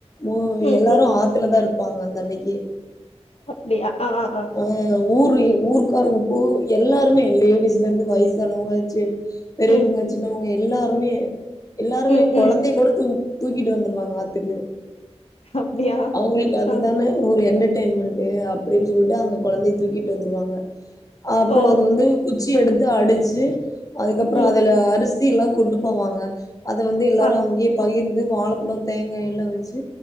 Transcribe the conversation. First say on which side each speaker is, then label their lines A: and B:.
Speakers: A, on the left; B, on the left.
A: மோ
B: ம்
A: எல்லாரு
B: ம்
A: ஆத்துலதா இருப் ப்பாங்க அந்தன்னைக்கே
B: அப்டியா ஆ ஆ ஆ
A: ஐயய்யோ ஊர்ல்லியே ஊருக்காருங்க ஃபுல் எல்லாருமே லேடிஸ்லேருந்து வயசானவங்க ஜென் பெரியவங்க
B: ம்
A: சின்னவங்க எல் எல்லாருமே எல்லாருமே
B: ம்
A: கொழந்தயக்கூட
B: ம்
A: தூக் தூக்கிட்டு வந்துருவாங்க ஆத்துக்கு
B: அப்டியா
A: அவ்ங்களுக்கு அதுதானே
B: ஆ
A: ஒரு எண்டர் டைமென்ட்டு அப்டின் சொல்ட்டு அங்க கொழந்தய தூக்கிட்டு வந்துருவாங்க அப்றோ
B: ஓ
A: அது வந்து குத் ச்சி எடுத்து அடுச்சு அதுக்கப்ற
B: ம்
A: அதுல அரிசி து எல்லாங் கொண்டு போவாங்க அது வந்து எல்லாரு
B: ஆ
A: அங்கே பகிர்ந்து வாழப்பழ தேங்கா எல்லா வச்சு